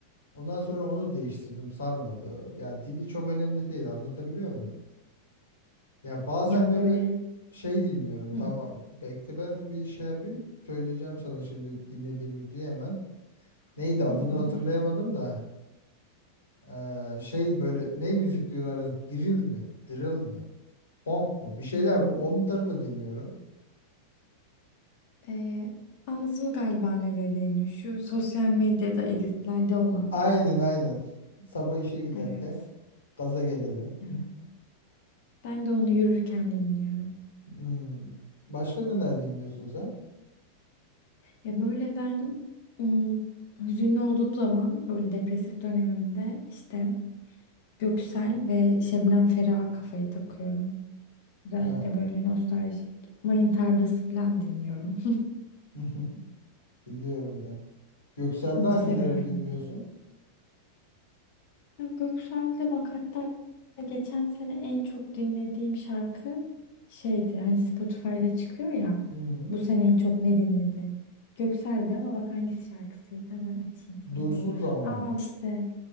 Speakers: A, on the left (about 70°); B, on the left (about 50°).
A: Ondan sonra onu değiştirdim sarmadı. Ya dili çok önemli değil anlatabiliyor Ya bazen
B: Yani
A: böyle
B: böyle
A: şey dinliyorum. Tamam.
B: hı
A: Bekle ben bir şey yapayım. Söyleyeceğim sana şimdi dinlediğim müziği hemen. Neydi adını
B: hı hı.
A: hatırlayamadım da. Ee, şey böyle ne müzik diyorlardı? Drill mi? Drill mi? Funk mu? Bir şeyler
B: Hmm.
A: bu. Onları da dinliyorum.
B: Ee, anladım galiba ne dediğini. Şu sosyal medyada editlerde olan.
A: Aynen aynen. <laughs> Sabah işe giderken
B: Evet.
A: gaza gelelim.
B: Evet. Ben de onu yürürken dinliyorum.
A: Hmm. Başka neler dinliyorsun sen?
B: Ya böyle ben hmm, hüzünlü olduğum zaman böyle depresif dönemimde işte Göksel ve Şebnem Ferah kafayı takıyorum. Özellikle
A: Ya
B: böyle nostaljik mayın tarlası falan dinliyorum.
A: <laughs> biliyorum ya. Göksel'de
B: <laughs> Onu
A: hangilerini
B: seviyorum.
A: dinliyorsun?
B: Ya Göksel'de bak hatta geçen sene en çok dinlediğim şarkı şeydi. Hani Spotify'da çıkıyor ya.
A: Hmm.
B: Bu sene en çok ne dinledin? Göksel'de ama bak hangisi şarkısıydı? Hemen açayım sana
A: Dursun
B: diyeyim.
A: zaman
B: Aa
A: mı?
B: işte.